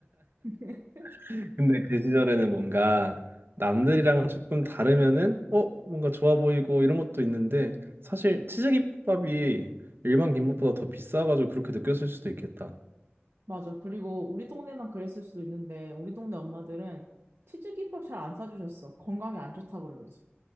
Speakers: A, on the right; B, on the right.
A: <laughs>
B: <laughs> 근데 그 시절에는 뭔가 남들이랑 조금 다르면은 어 뭔가 좋아 보이고 이런 것도 있는데 사실 치즈김밥이 일반 김밥보다 더 비싸가지고 그렇게 느꼈을 수도 있겠다.
A: 맞아. 그리고 우리 동네만 그랬을 수도 있는데, 우리 동네 엄마들은 튀김밥 잘 안 싸주셨어. 건강에 안 좋다 그러면서.